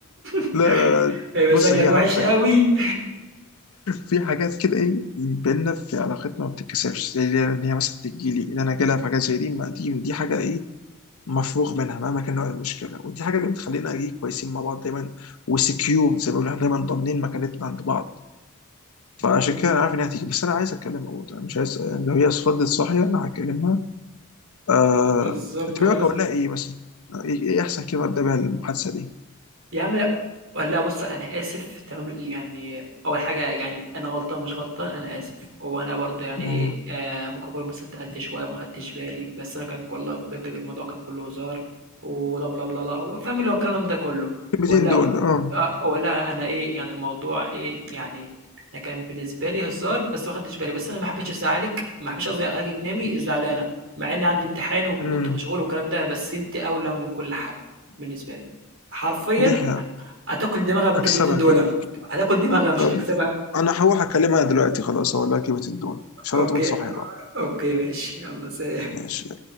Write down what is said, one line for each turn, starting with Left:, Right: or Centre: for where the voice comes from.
Right: <laughs>
Left: لا لا لا
Right: يبقى
Left: بص
Right: شكلك
Left: هي عارفه
Right: وحش قوي
Left: <laughs> في حاجات كده ايه بينا في علاقتنا ما بتتكسرش زي ان هي مثلا تجيلي ان انا جالها في حاجات زي دي ما دي دي حاجه ايه مفروغ منها مهما كان نوع المشكله ودي حاجه اللي بتخلينا ايه كويسين مع بعض دايما وسكيور زي ما بيقولوا إحنا دايما ضامنين مكانتنا عند بعض فعشان
Right: مم.
Left: كده انا عارف انها هتيجي بس انا عايز اتكلم برضه انا مش عايز يعني لو هي فضلت صاحيه انا هكلمها آه...
Right: بالظبط
Left: انت
Right: اه
Left: رأيك
Right: لازم
Left: اقول لها ايه مثلا ايه, إيه احسن كلمه ابدا بيها المحادثه دي
Right: يا عم لا لا بص انا اسف تمام يعني اول حاجه يعني انا غلطان مش غلطان انا اسف وانا برضو يعني
Left: مم.
Right: ايه آه ممكن اكون مثلا اتقلت شويه ما خدتش بالي بس انا كان والله بجد الموضوع كان كله هزار ولا بلا بلا لا فاهم اللي هو الكلام ده كله
Left: الكلمتين
Right: ولا
Left: دول اه
Right: آه ولا انا ايه يعني الموضوع ايه يعني انا كان بالنسبه لي هزار بس ما خدتش بالي بس انا ما حبيتش ازعلك ما حبيتش قصدي اخليك تنامي زعلانه مع ان عندي امتحان وكنت
Left: مم.
Right: مشغول والكلام ده بس انت اولى من كل حاجه بالنسبه لي حرفيا
Left: دي حقيقة.
Right: هتاكل دماغها بالكلمتين
Left: اكسبها
Right: دول
Left: كده
Right: هتاكل دماغها مش
Left: طب
Right: هتكسبها
Left: انا هروح اكلمها دلوقتي خلاص اقول لها كلمة الدول ان شاء
Right: اوكي
Left: الله تكون صاحية بقى
Right: اوكي ماشي يلا سلام
Left: ماشي